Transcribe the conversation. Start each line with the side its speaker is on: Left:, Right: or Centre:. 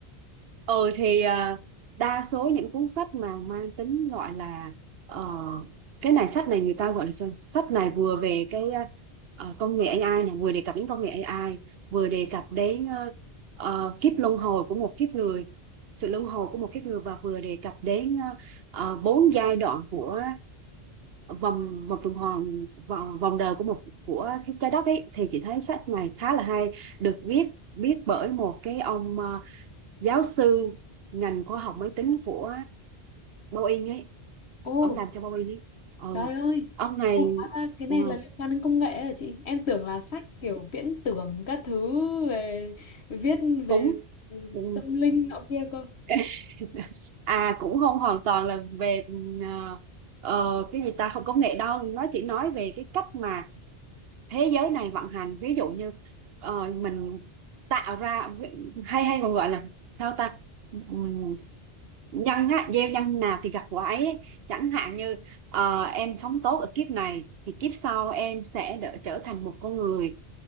Right: ừ thì à, đa số những cuốn sách mà mang tính gọi là ờ, cái này sách này người ta gọi là sao? sách này vừa về cái ờ, công nghệ AI này vừa đề cập đến công nghệ AI vừa đề cập đến ờ, ờ, kiếp luân hồi của một kiếp người sự luân hồi của một kiếp người và vừa đề cập đến ờ, ờ, bốn giai đoạn của vòng vòng tuần hoàn vòng vòng đời của một của cái trái đất ấy thì chị thấy sách này khá là hay được viết viết bởi một cái ông ờ, giáo sư ngành khoa học máy tính của Boeing ấy
Left: Ồ,
Right: ông làm cho Boeing ấy ừ.
Left: trời ơi.
Right: ông này
Left: Ồ, hóa ra cái
Right: ừ,
Left: này là liên quan đến công nghệ à chị? Em tưởng là sách kiểu viễn tưởng các thứ về viết về
Right: cũng
Left: ừ,
Right: ừ,
Left: tâm linh nọ kia cơ.
Right: <laughs> à cũng không hoàn toàn là về ờ, ờ, cái gì ta không công nghệ đâu nó chỉ nói về cái cách mà thế giới này vận hành ví dụ như ờ, mình tạo ra hay hay còn gọi là sao ta Ừm, nhân á, gieo nhân nào thì gặt quả ấy ấy. chẳng hạn như ờ, em sống tốt ở kiếp này thì kiếp sau em sẽ đỡ trở thành một con người